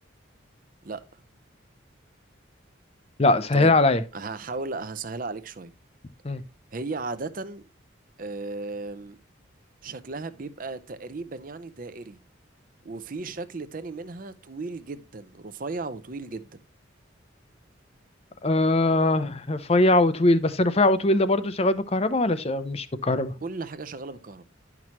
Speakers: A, on the right; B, on the left.
A: لا
B: لا سهل
A: طيب
B: عليا
A: هحاول هسهلها عليك شوية
B: مم.
A: هي عادة آم، شكلها بيبقى تقريبا يعني دائري وفي شكل تاني منها طويل جدا رفيع وطويل جدا
B: آه رفيع وطويل بس الرفيع وطويل ده برضو شغال بالكهرباء ولا ش... مش بالكهرباء
A: كل حاجة شغالة بالكهرباء